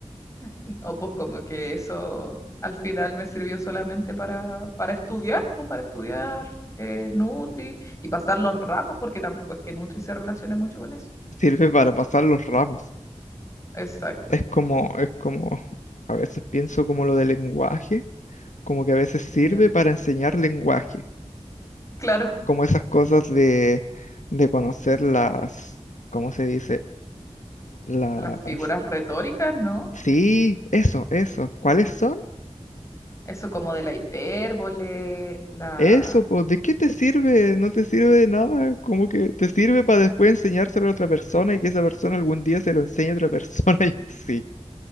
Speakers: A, on the left (about 25°); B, on the left (about 85°).
A: No, pues como que eso al final me sirvió solamente para, para estudiar, pues para estudiar eh, Nutri y pasar los ramos, porque tampoco es que Nutri se relacione mucho con eso.
B: Sirve para pasar los ramos.
A: Exacto,
B: Es como, es como, a veces pienso como lo del lenguaje, como que a veces sirve
A: ya.
B: para enseñar lenguaje
A: Claro,
B: como esas cosas de, de conocer las, ¿cómo se dice? Las...
A: las figuras retóricas, ¿no?
B: Sí, eso, eso. ¿Cuáles son?
A: Eso como de la hipérbole, la...
B: Eso, pues, ¿de qué te sirve? No te sirve de nada. Como que te sirve para después enseñárselo a otra persona y que esa persona algún día se lo enseñe a otra persona <laughs> y así.